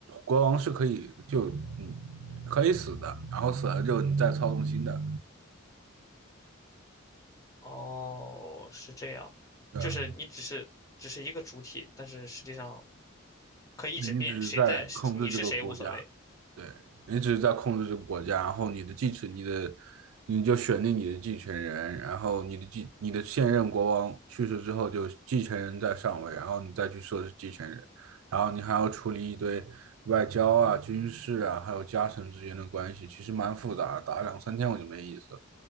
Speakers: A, on the right (about 85°); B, on the left (about 15°).
A: 国王是可以就嗯可以死的，然后死了之后你再操纵新的，
B: 哦，是这样，
A: 对吧？
B: 就是你只是只是一个主体，但是实际上可以一直变，
A: 你只是在控制这个国家，
B: 谁在是你是谁无所谓。
A: 对，你只是在控制这个国家，然后你的继承，你的，你就选定你的继承人，然后你的继，你的现任国王去世之后，就继承人在上位，然后你再去设置继承人，然后你还要处理一堆外交啊、军事啊，还有家臣之间的关系，其实蛮复杂的，打两三天我就没意思了。